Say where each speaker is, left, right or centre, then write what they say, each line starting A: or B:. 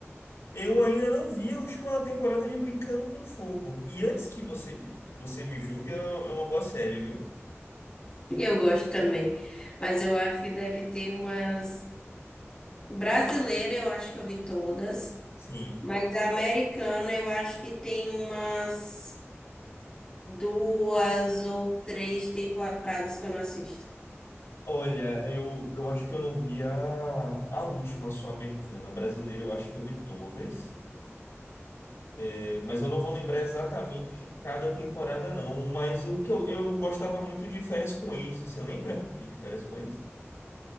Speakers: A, on the left (about 80°); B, on the left (about 20°).
A: Eu ainda não vi a última temporada de Brincando com Fogo. E antes que você, você me julgue, é uma é uma boa série, viu?
B: Eu gosto também.
A: Ah,
B: Mas eu acho que deve ter umas. Brasileira, eu acho que eu vi todas.
A: Sim.
B: Mas a americana, eu acho que tem umas duas ou três temporadas que eu não assisto.
A: Olha, eu, eu acho que eu não vi a, a última, só americana. A brasileira, eu acho que eu vi todas. É, mas eu não vou lembrar exatamente cada temporada, não. Mas o que eu, eu gostava muito de Férias com Ex, você lembra de de Férias com Ex?